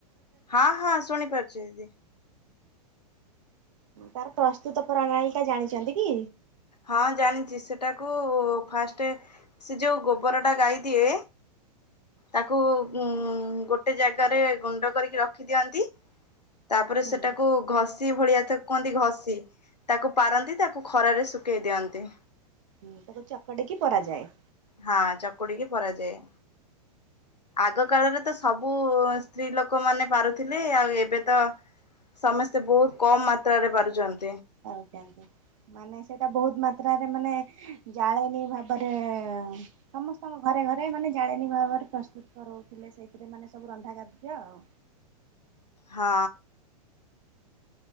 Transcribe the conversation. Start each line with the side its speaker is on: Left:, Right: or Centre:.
Left: ହଁ ହଁ ଶୁଣି ପାରୁଛି ଦିଦି।
Right: ତାର ପ୍ରସ୍ତୁତ ପ୍ରଣାଳି ଟା ଜାଣିଛନ୍ତି। କି?
Left: ହଁ ଜାଣିଛି ସେଟାକୁ ଫାଷ୍ଟ ସେ ଯୋଉ ଗୋବର ଟା ଗାଇ। ଦିଏ ତାକୁ ଉଁ। ଗୋଟେ ଜାଗାରେ ଗୁଣ୍ଡ କରିକି ରଖିଦିଅନ୍ତି। ତାପରେ
Right: ହୁଁ
Left: ସେଟାକୁ ଘଷି ଭଳିଆ ତାକୁ କୁହନ୍ତି ଘଷି ତାକୁ ପାରନ୍ତି ତାକୁ। ଖରାରେ ଶୁଖେଇ ଦିଅନ୍ତି।
Right: ହୁଁ ତାକୁ ଚକଡିକି ପରା ଜାଏ।
Left: ହଁ ଚକୁଡିକି ପାରା ଯାଏ ଆଗ କାଳରେ ତ। ସବୁ ସ୍ତ୍ରୀ ଲୋକ ମାନେ ପାରୁଥିଲେ ଆଉ ଏବେ ତ। ସମସ୍ତେ ବହୁତ କମ୍ ମାତ୍ରରେ ପାରୁଚନ
Right: ଆଉ କେଏତି ମାନେ ସେଇଟା ବହୁତ ମା ତ୍ରା ରେ ମାନେ ଜାଳେନୀ ଭାବରେ ସମସ୍ତଙ୍କ ଘରେ ଘରେ ମାନେ ଜାଳେନୀ ଭାବ ପ୍ରସ୍ତୁତ କରଉଥିଲେ ସେଇଥିରେ ମାନେ ସବୁ ରନ୍ଧା ଖାଦ୍ୟ ଆଉ।
Left: ହଁ।